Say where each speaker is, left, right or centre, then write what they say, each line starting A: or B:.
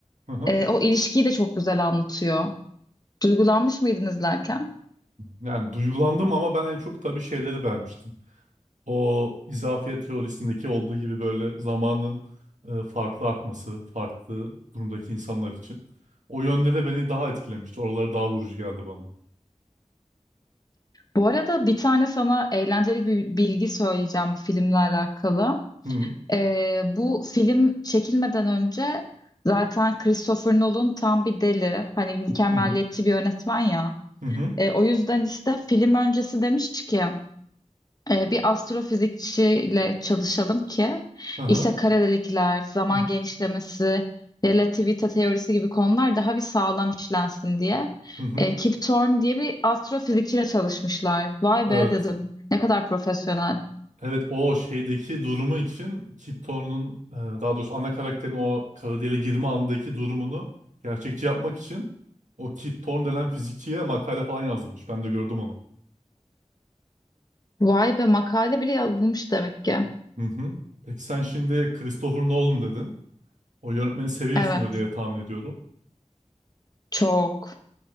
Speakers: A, on the right; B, on the left.
A: hı hı.
B: e, o ilişkiyi de çok güzel anlatıyor. Duygulanmış mıydın izlerken?
A: Yani duygulandım ama ben en çok tabii şeyleri beğenmiştim. O izafiyet teorisindeki olduğu gibi böyle zamanın e, farklı akması, farklı durumdaki insanlar için. O yönleri beni daha etkilemişti. Oraları daha vurucu geldi bana.
B: Bu arada bir tane sana eğlenceli bir bilgi söyleyeceğim bu filmle alakalı.
A: Hı
B: Ee, bu film çekilmeden önce zaten Christopher Nolan tam bir deli. Hani mükemmeliyetçi
A: hı hı
B: bir yönetmen ya.
A: hı hı
B: Ee, o yüzden işte film öncesi demiş ki e, bir astrofizikçiyle çalışalım ki
A: aha,
B: işte kara delikler, zaman
A: hı
B: genişlemesi, relativite teorisi gibi konular daha bir sağlam işlensin diye.
A: hı.
B: E, Kip Thorne diye bir astrofizikçiyle çalışmışlar. Vay
A: Evet.
B: be dedim. Ne kadar profesyonel.
A: Evet o şeydeki durumu için Kip Thorne'un e, daha doğrusu ana karakterin o kara deliğe girme andaki durumunu gerçekçi yapmak için o Kip Thorne denen fizikçiye makale falan yazdırmış. Ben de gördüm onu.
B: Vay be makale bile yazılmış demek ki.
A: Hı hı. Peki sen şimdi Christopher Nolan dedin. O yönetmeni seviyorsundur
B: Evet.
A: diye tahmin ediyorum.
B: Çok,